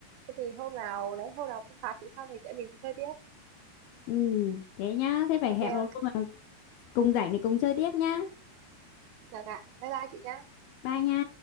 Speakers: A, on the right (about 80°); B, on the left (about 75°).
A: thế thì hôm nào đấy hôm nào em phạt chị xong thì chị em mình chơi tiếp
B: ừ thế nhá thế phải
A: ok
B: hẹn
A: không?
B: vào hôm nào cùng rảnh để cùng chơi tiếp nhá
A: được ạ bye bye chị nhá
B: bye nha